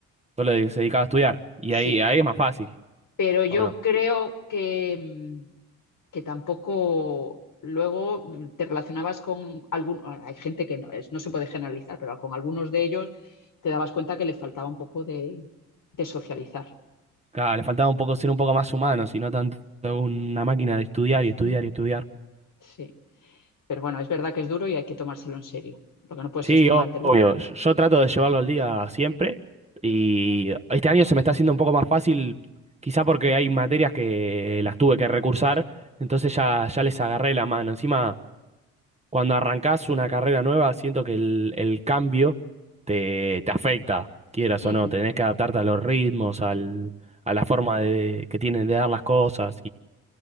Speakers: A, on the right; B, on the left.
A: Solo de- se dedicaba a estudiar y
B: Sí,
A: ahí, ahí es más fácil,
B: pero yo
A: ¿o no?
B: creo que, mm, que tampoco luego mm, te relacionabas con algunos, hay gente que no, es, no se puede generalizar, pero con algunos de ellos te dabas cuenta que le faltaba un poco de, de socializar.
A: Claro, le faltaba un poco ser un poco más humano, si no tanto una máquina de estudiar y estudiar
B: Mm.
A: y estudiar.
B: Sí, pero bueno, es verdad que es duro y hay que tomárselo en serio. Lo que no puedes
A: Sí,
B: es tomártelo.
A: o- obvio. Yo yo trato de llevarlo al día siempre y este año se me está haciendo un poco más fácil, quizá porque hay materias que las tuve que recursar, entonces ya, ya les agarré la mano. Encima, cuando arrancás una carrera nueva, siento que el, el cambio te, te afecta, quieras
B: Ujú,
A: o no. Tenés que adaptarte a los ritmos, al, a la forma de, que tienen de dar las cosas